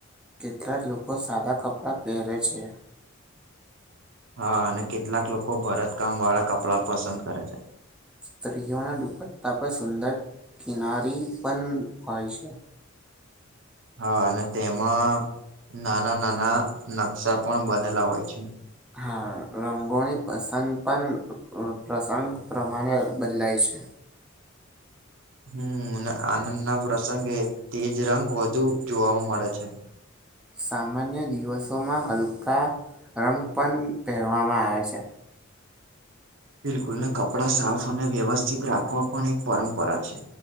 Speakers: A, in the centre; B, on the right.
A: કેટલાક લોકો સાદા કપડાં પહેરે છે.
B: હા અને કેટલાક લોકો ભરતકામ વાળા કપડાં પસંદ કરે છે.
A: સ્ત્રીઓના દુપટ્ટા પર સુંદર કિનારી પન હોય છે.
B: હ અને તેમાં નાના નાના નકશા પણ બનેલા હોય છે.
A: હા રંગોની પસંદ પણ પ્રસંગ પ્રમાણે બદલાય છે.
B: હમ આનંદના પ્રસંગે તેજ રંગ વધુ જોવા મળે છે.
A: સામાન્ય દિવસોમાં હલકા રંગ પન પહેરવામાં આવે છે.
B: બિલકુલ ને કપડા સાફ અને વ્યવસ્થિત રાખવા પણ એક પરંપરા છે.